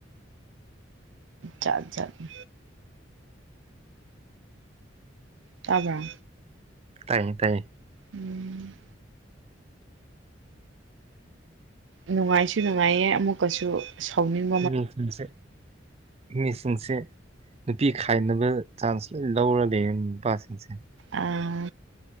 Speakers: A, on the right (about 75°); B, on the right (about 35°).
A: ꯖꯥꯠ ꯖꯥꯠꯅꯤ ꯇꯥꯕ꯭ꯔ
B: ꯇꯥꯏꯌꯦ ꯇꯥꯏꯌꯦ
A: ꯎꯝ ꯅꯨꯡꯉꯥꯏꯁꯨ ꯅꯨꯡꯉꯥꯏꯌꯦ ꯑꯃꯨꯛꯀꯁꯨ ꯁꯥꯎꯅꯤꯡ
B: ꯃꯤꯁꯤꯡꯁꯦ ꯃꯤꯁꯤꯡꯁꯦ ꯅꯨꯄꯤ ꯈꯥꯏꯅꯕ ꯆꯥꯟꯁ ꯂꯣꯏ ꯂꯧꯔ ꯂꯩ ꯅꯨꯄꯥꯁꯤꯡꯁꯦ
A: ꯑꯥ